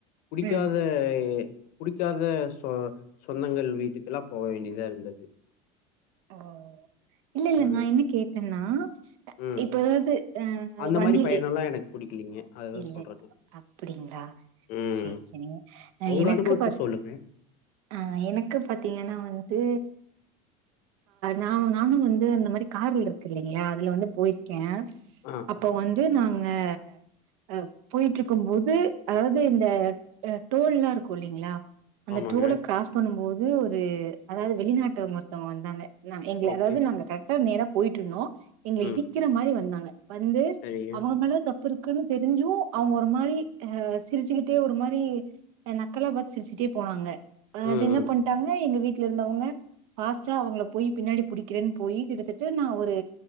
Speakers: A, on the left (about 60°); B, on the right (about 80°).
A: புடிக்காத
B: ம்
A: புடிக்காத சொந்தங்கள் வீட்டுக்கெல்லா போக வேண்டியதா இருந்தது
B: ஓ இல்ல இல்ல
A: ம்,
B: நா என்ன கேட்டேன்னா
A: ம்.
B: இப்பதாவது ஆஹ்
A: அந்த
B: வண்டியிலே
A: மாரி பயணம்லாம் எனக்கு பிடிக்கலீங்க. அதுதான்
B: இல்ல
A: சொல்றேங்க.
B: அப்டிங்களா
A: ம்.
B: சேரி சேரிங்க அஹ்
A: உங்க
B: எனக்கு
A: அனுபவத்த
B: ப
A: சொல்லுங்க.
B: ஆஹ் எனக்கு பாத்தீங்கன்னா வந்து நா நானு வந்து அந்த மாரி கார்ல இருக்கு இல்லைங்களா அதுல வந்து போயிருக்கே
A: ஆ,
B: அப்ப வந்து நாங்க அஹ போயிட்டு இருக்கு போது அதாவது இந்த டோல்ல்லா இருக்கு இல்லைங்களா அந்த
A: ஆமாங்க.
B: டோல கிராஸ் பண்ணு போது ஒரு அதாவது வெளிநாட்டவங்க ஒருத்தவங்க வந்தாங்க எங்கள
A: ஓகே.
B: அதாவது நாங்க கரெக்டா நேரா போயிட்டு இருந்தோ எங்கள
A: ம்.
B: இடிக்கிற மாதிரி வந்தாங்க வந்து
A: சரிங்க.
B: அவங்க மேல தப்பு இருக்கு இருக்குன்னு தெரிஞ்சு அவங்க ஒரு மாரி ஆஹ் சிரிச்சுக்கிட்டே ஒரு மாரி நக்கல்லா பாத்து சிரிச்சுட்டே போனாங்க
A: ம்,
B: அது என்ன
A: ம்.
B: பண்ணிட்டாங்க எங்க வீட்டுல இருந்தவங்க பாஸ்ட்டா அவங்க போய் பின்னாடி பிடிக்கிறேன்னு போய் கிடுத்துட்டு நா ஒரு